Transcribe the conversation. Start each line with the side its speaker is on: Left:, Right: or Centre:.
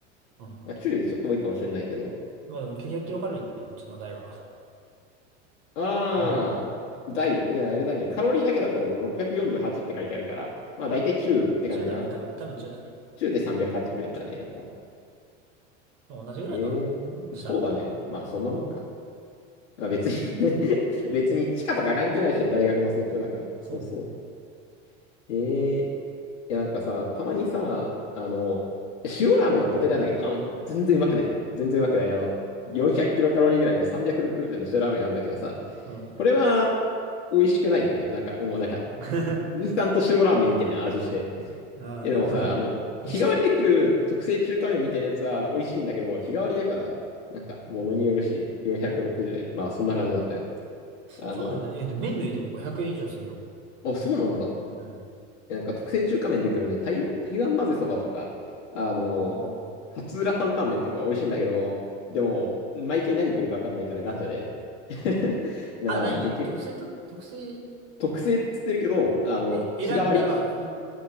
Right: なうん。
Left: あ、中よりちょっと多いかもしれないけど。
Right: まあでも900キロカロリーだね、うちの台は。
Left: あー、
Right: <laughs>
Left: 大、いやあれだね、カロリーだけだと648っぴゃくよんじゅうはちって書いてあるから、まあ大体中って感じかな。
Right: 中だね、多分、多分中だね。
Left: 中で380円だね、やっぱ。
Right: もう同じぐらいか。
Left: えー、
Right: したら。
Left: そうだね。まあそんなもんか。まあ、別に <laughs> 別に地価とか関係ないしね、大学の生協だから。
Right: そうね。
Left: そうそう。えーいや、なんかさ、たまにさ、あの、塩ラーメンは固定なんだけど、あの、全然うまくないね。全然うまくない。あの、400キロカロリーぐらいの360円の塩ラーメンあるんだけどさ、
Right: うん。
Left: これは美味しくないんだよ。なんか、もうなんか、
Right: <laughs>
Left: インスタント塩ラーメンみたいな味して。
Right: ああ、
Left: え、
Right: なるほどね。
Left: でもさ、あの、
Right: 美味しくない
Left: 日替わりで来る特製中華麺みたいなやつは美味しいんだけど、日替わりだから、なんか、物によるし、460円。まあ、そんな感じなんだよね。あの、
Right: そうなんだね。いや、でも麺類でも500円以上するよ。
Left: あ、そうなんだ。
Right: うん。
Left: なんか特製中華麺で来るね、台、台湾混ぜそばとか、あの、
Right: あ
Left: 松浦担々麺とか美味しいんだけど、でも、毎回何来るか分かんないからガチャで。<laughs> なあ、
Right: あ。あ、何特製と、
Left: 結局、
Right: 特製
Left: 特製っつってるけど、あの、
Right: で選んだら、
Left: 日替わり。い
Right: ひ